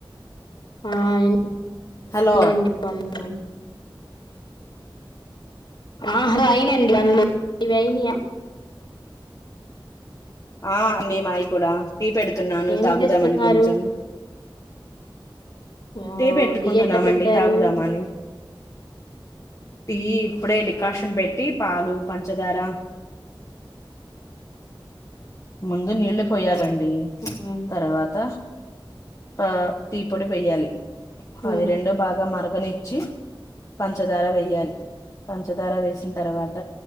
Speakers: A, on the left (about 65°); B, on the left (about 40°).
A: ఆ <unintelligible> అయినాయండి
B: హలో
A: పనులు ఆ హాలో అయినండి పనులు మీవి అయినయా
B: ఆ అండి మాయి కూడా టీ పెడుతున్నాను
A: ఏం
B: తాగుదామని
A: చేస్తున్నారు
B: కొంచెం.
A: ఓహో
B: టీ పెట్టుకుంటున్నామండి
A: ఎట్ట పెట్టారు
B: తాగుదాం అని టీ ఇప్పుడే డికాషన్ పెట్టి పాలు పంచదార ముందు నీళ్లు పోయాలం డి
A: ఉమ్
B: తర్వాత పా టీ పొడి వేయ్యాలి
A: ఉమ్
B: అది రెండో భాగం మార మరగనిచ్చి పంచదార వేయాలి పంచదార వేసిన తర్వాత